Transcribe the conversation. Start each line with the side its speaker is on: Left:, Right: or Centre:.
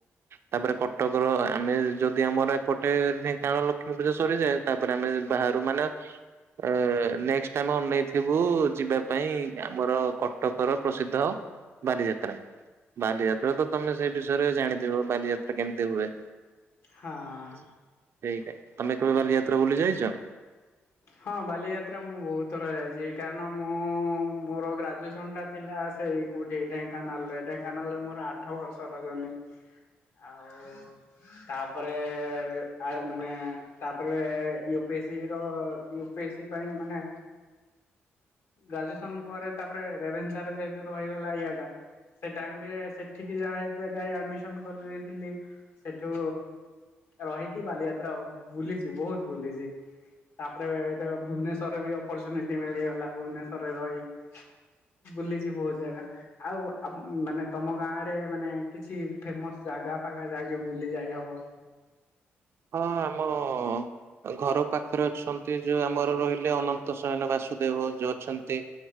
Right: ତାପରେ କଟକର ଆମେ ଯଦି ଆମର ଏପଟେ ଢେଙ୍କାନାଳ ଲକ୍ଷ୍ମୀ ପୂଜା ସରିଯାଏ ତାପରେ ଆମେ ବାହାରୁ ମାନେ। ଅ ନେକ୍ସଟ ଆମେ ଅନେଇଥିବୁ ଯିବା ପାଇଁ ଆମର କଟକର ପ୍ରସିଦ୍ଧ ବାଲିଯାତ୍ରା ବାଲିଯାତ୍ରା ତ ତମେ ସେଇ ବିଷୟରେ ଜାଣିଥିବ ବାଲିଯାତ୍ରା କେମିତି ହୁଏ।
Left: ହଁ।
Right: ସେଇଟା ତମେ। ର ଯାତ୍ରା ବୁଲି ଯାଇଛ।
Left: ହଁ ବାଲିଯାତ୍ରା ମୁଁ ବହୁତ ଥର ଯାଇଛି କାରଣ ମୁଁ ମୋର ଗ୍ରାଜୁଏସନ ଟା ଥିଲା ସେଇ କୋଉଠି ଢେଙ୍କାନାଳରେ ଢେଙ୍କାନାଳରେ ମୋର ଆଠ ବର୍ଷର ଜର୍ଣ୍ଣି ଆଉ ତାପରେ ଆ ମାନେ ତାପରେ ୟୁ ପି ଏସିର। ୟୁପିଏସି ପାଇଁ ମାନେ ଗ୍ରାଜୁଏସନ ପରେ ତାପରେ ରେଭେନ୍ସାର ଯେହେତୁ ରହିଗଲା ୟାଟା ସେ ଟାଇମ ରେ ସେଠିକି ଯାଏତୁ ଯାଇ ଆଡମିସନ କରିଦେଇଥିଲି ସେଠୁ ରହିକି ବାଲିଯାତ୍ରା ବୁଲିଛି ବହୁତ ବୁଲିଛି ତା। ରେ ଭୁବନେଶ୍ୱରରେ ବି ଅପରଚୁନିଟି ମିଳିଗଲା ଭୁବନେଶ୍ଵରରେ ରହି ବୁଲିଛି ବହୁତ ଜାଗା ଆଉ ମାନେ ତମ ଗାଁ ଆଡେ ମାନେ କିଛି ଫେମସ ଜାଗା ଫାଗା ଯାହାକି ବୁଲି ଯାଇ ହବ।
Right: ହଁ ଆମ ଘର ପାଖରେ ଅଛନ୍ତି ଯୋଉ ଆମର ରହିଲେ ଅନନ୍ତସୟନ ବାସୁଦେବ ଯୋଉ ଅଛନ୍ତି